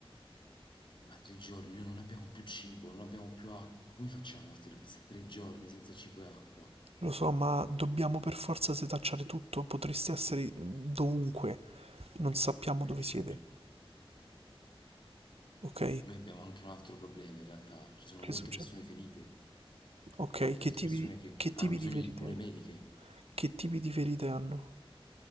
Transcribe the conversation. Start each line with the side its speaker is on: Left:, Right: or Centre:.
Left: Ma tre giorni, noi non abbiamo più cibo, non abbiamo più acqua. Come facciamo a tre, se tre giorni senza cibo e acqua?
Right: Lo so, ma dobbiamo per forza setacciare tutto. Potreste essere dovunque. Non sappiamo dove
Left: Aiuto.
Right: siete. Ok?
Left: Noi abbiamo anche un altro problema in realtà. Ci sono
Right: Che
Left: molte
Right: succede?
Left: persone ferite,
Right: Ok, che
Left: molte
Right: tipi,
Left: persone
Right: di,
Left: che
Right: che tipi
Left: hanno bisogno
Right: di ferite?
Left: di cure mediche.
Right: Che tipi di ferite hanno?